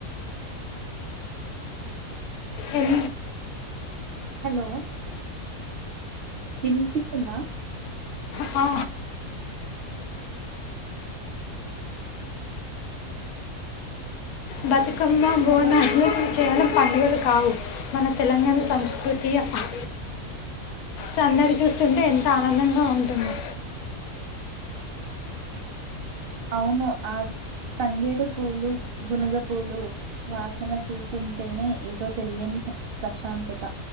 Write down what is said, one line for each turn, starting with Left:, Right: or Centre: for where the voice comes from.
Left: ఎం
Right: హలో వినిపిస్తుంద
Left: ఆ బతుకమ్మా బోనాలు
Right: హలో
Left: కేవలం పండుగలు కావు మన తెలంగాణ సంస్కృతి అహ్హ్ సందడి చూస్తుంటే ఎంత ఆనందంగా ఉంటుందో
Right: అవును ఆద్ తంగేడు పూలు గునుగ పూలు వాసన చూస్తుంటేనే ఏదో తెలియని స ప్రశాంతత